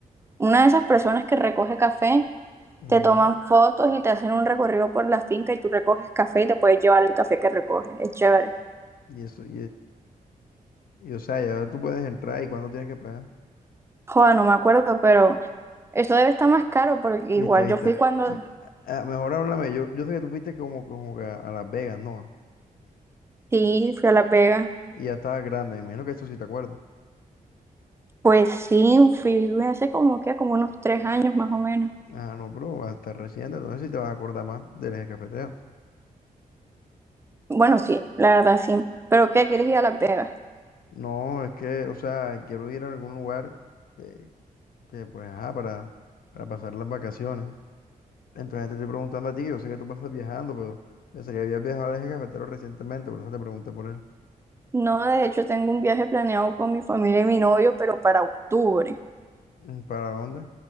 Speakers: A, on the right (about 15°); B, on the left (about 75°).
A: una de esas personas que recoge café,
B: Ujú.
A: te toman fotos y te hacen un recorrido por la finca y tú recoges café y te puedes llevar el café que recoges. Es chévere.
B: Y eso, y, y, y, o sea, ya tú puedes entrar y cuánto tienes que pagar.
A: Joder, no me acuerdo, pero eso debe estar más caro porque
B: Viste,
A: igual
B: viste.
A: yo fui cuando
B: M- a- a- Mejor háblame, yo, yo sé que tú fuiste como, como que a, a Las Vegas, ¿no?
A: sí, fui a Las Vegas.
B: Y ya estaba grande, me imagino que eso sí te acuerdas.
A: Pues sí, fui hace como que, como unos tres años más o menos.
B: Ah, no, pero vas a estar reciente, entonces sí te vas a acordar más del eje cafetero.
A: Bueno, sí, la verdad sí. ¿Pero qué? ¿Quieres ir a Las Vegas?
B: No, es que, o sea, quiero ir a algún lugar. eh, que pues, ajá, para, para pasar las vacaciones. Entonces te estoy preguntando a ti, yo sé que tú pasas viajando, pero pensé que habías viajado al eje cafetero recientemente, por eso te pregunté por él.
A: No, de hecho tengo un viaje planeado con mi familia y mi novio, pero para octubre,
B: Mm, ¿Para dónde?